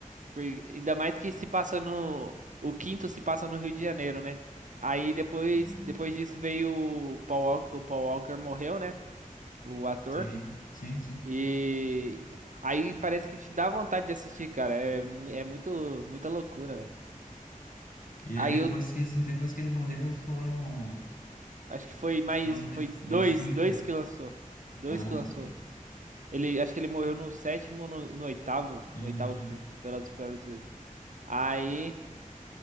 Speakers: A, on the right (about 65°); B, on the left (about 75°).
A: Por- Ainda mais que se passa no. O quinto se passa no Rio de Janeiro, né? Aí depois,
B: Hum,
A: depois disso veio o Paul Walker, o Paul Walker morreu, né? O ator.
B: Sim, sim, sim.
A: E aí parece que te dá vontade de assistir, cara. É, mu- é muito, muita loucura, velho.
B: E
A: Aí
B: aí depois
A: eu
B: que, esse- depois que ele morreu, foram,
A: acho que foi mais.
B: foram mais,
A: Foi
B: mais
A: dois,
B: cinco.
A: dois que lançou. Dois
B: Ah,
A: que lançou.
B: ok.
A: Ele, acho que ele morreu no sétimo, no, no oitavo,
B: Uhum.
A: no oitavo filme, Velozes e Furiosos 8. Aí.